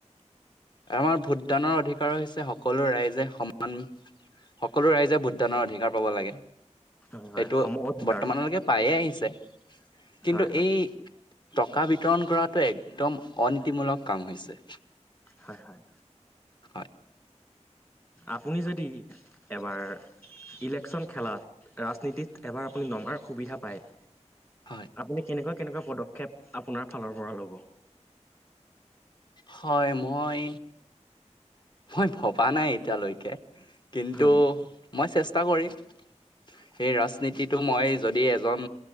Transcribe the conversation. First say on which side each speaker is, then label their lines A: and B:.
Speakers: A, on the left; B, on the left.
A: চে
B: আমাৰ ভোটদানৰ অধিকাৰ হৈছে সকলো ৰাইজে সমান- সকলো ৰাইজে ভোটদানৰ অধিকাৰ পাব লাগে
A: হয় হয়
B: এইটো
A: সম অধিকাৰ
B: বৰ্তমানলৈকে- পায়ে আহিছে কিন্তু
A: হয় হয়
B: এই- টকা বিতৰণ কৰাটো একদম অনীতিমূলক কাম হৈছে।
A: হয়ঁ, হয়ঁ।
B: হয়ঁ।
A: আপুনি যদি এবাৰ- ইলেকশ্যন খেলাত ৰাজনীতিত এবাৰ আপুনি নমাৰ সুবিধা পায়-
B: হয়ঁ!
A: আপুনি কেনেকুৱা কেনেকুৱা পদক্ষেপ আপোনাৰ ফালৰ পৰা ল'ব।
B: হয়ঁ মই। মই ভবা নাই এতিয়ালৈকে কিন্তু
A: হয়
B: মই চেষ্টা- কৰিম সেই ৰাজনীতিটো মই যদি এজন